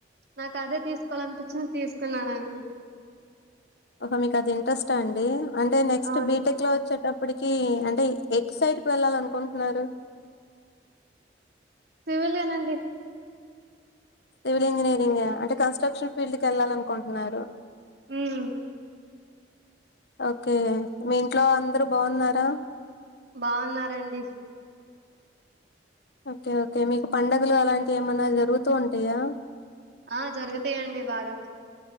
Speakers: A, on the right; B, on the left.
A: నాకదే తీసుకోవాలినిపిచ్చింది, తీసుకున్నానండి.
B: ఒకె, మీకు అది ఇంట్రెస్ట్ ఆ అండి? అంటే, నెక్స్ట్
A: అవును
B: బీటెక్ లో వచ్చేటప్ ఇప్పటికి అంటే, ఎట్ సైడ్ వెళ్ళాలి అనుకుంటున్నారు?
A: సివిలే నండి.
B: సివిల్ ఇంజనీరింగ్ ఆ? అంటే కన్స్ట్రక్షన్ ఫీల్డ్కెళ్ళాలి అనుకుంటున్నారు.
A: ఉమ్
B: ఓకే. మీ ఇంట్లో, అందరు బాగున్నారా?
A: బాగున్నారండి.
B: ఓకే ఓకే, మీకు పండగలు అలాంటివి ఏమన్నా జరుగుతూ ఉంటయా?
A: ఆ జరుగుతయండి బాగా.